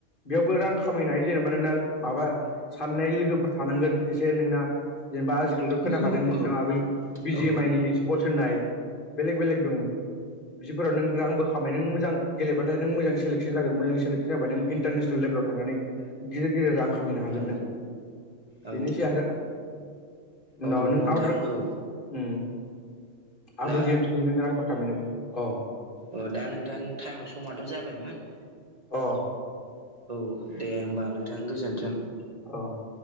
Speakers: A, on the left; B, on the right.
A: बेयावबो रां खामायनाय जेनेबा नों माबा साननाय लोगोफोर थानांगोन एसे नोंना जेनेबा आजि खालिथ
B: औ
A: खोनाखादों नोंथाङा
B: औ
A: बै बिजि
B: औ
A: एम आइ नि स्पर्टस होननाय बेलेग बेलेग दं। बिदिफोराव नों रांबो खामायनो नों मोजां गेलेबाथाय नों मोजां सेलेकसन मोजां सेलेक्सन जाबा नों इन्टारनेसनेल लेभेलाव थांनानै गदिर गदिर रां खामायनो हागोन
B: औ
A: नों
B: औ
A: बेनोसै आरो उनाव
B: औ
A: नों
B: नोंथां
A: आउदार
B: औ
A: ओम आउदर
B: दा
A: गेम्सनि नों रांबो खामानो हागोन अ
B: अ दा नोंथां टाइमाव समथ' जाबायमोन।
A: अ
B: औ दे होमबा नोंथां गोजोन्थों।
A: अ